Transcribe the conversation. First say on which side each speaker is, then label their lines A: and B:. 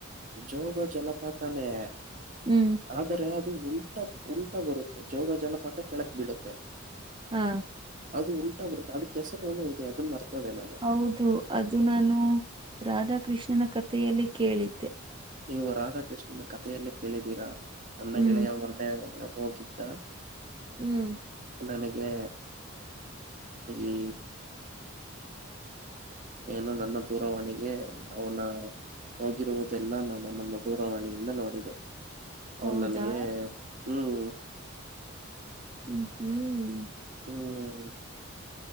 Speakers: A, on the right (about 40°); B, on the right (about 25°).
A: ಜೋಗ ಜಲಪಾತಾನೇ.
B: ಹ್ಮ್.
A: ಆದರೆ ಅದು ಉಲ್ಟ ಉಲ್ಟ ಬರುತ್ತೆ ಜೋಗ ಜಲಪಾತ ಕೆಳಕ್ ಬಿಡುತ್ತೆ
B: ಹಾ
A: ಅದು ಉಲ್ಟಾ ಬಿಡುತ್ತೆ ಅದ ಹೆಸರ್ ಏನೋ ಇದೆ ಅದನ್ ಮಾರ್ತೋದೆ ನಾನು.
B: ಹೌದು ಅದು ನಾನು ರಾಧಾಕೃಷ್ಣನ ಕಥೆಯಲ್ಲಿ ಕೇಳಿದ್ದೆ.
A: ನೀವು ರಾಧಾಕೃಷ್ಣನ ಕಥೆಯಲ್ಲೇ ಕೇಳಿದೀರಾ ನನ್ನ
B: ಹ್ಮ್
A: ಗೆಳೆಯ ಮೊನ್ನೆ ಹೋಗಿ ದ್ದ
B: ಹ್ಮ್.
A: ನನಗೆ ಈ ಏನು ನನ್ನ ದೂರವಾಣಿಗೆ ಅವನ ಹೋಗಿರುವುದೆಲ್ಲ ನಾನು ನನ್ನ ದೂರವಾಣಿಯಿಂದ ನೋಡಿದೆ. ಅವನ್
B: ಹೌದಾ
A: ನನಗೆ ಹ್ಮ್
B: ಹ್ಮ್ ಹ್ಮ್.
A: ಹ್ಮ್.